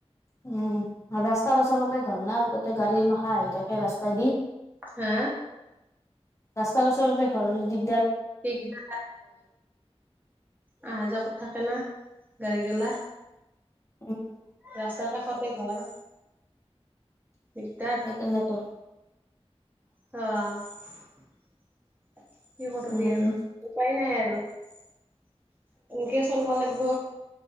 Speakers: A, on the left; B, on the right.
A: উম ৰাস্তাৰ ওচৰতে ঘন নাই গোতেই গাড়ী মাখা আহি থাকে। তাকে ৰাস্তাই দি।
B: হা।
A: ৰাস্তাৰচলতে ঘৰৰ যদি।
B: ঠিক দে অহা যোৱা থাকে না। গাড়িকেলা।
A: উম
B: ৰাস্তাৰ কাষতে ঘৰ। দিগদাৰ
A: সেইকাৰণে তো।
B: অঁ। কি কৰবি
A: উম
B: আৰু উপায় নাই আৰু। এনেকে চলোৱালক।